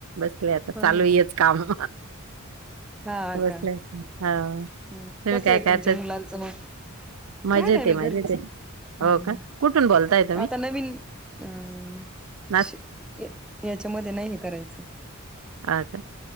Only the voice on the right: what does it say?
बसले आता
चालूयच
काम.
बसले
हा तुम्ही
काय
काय
तर
मजेत
आहे मजेत
आहे
हो का कुठून बोलताय तुम्ही
नास
ह का.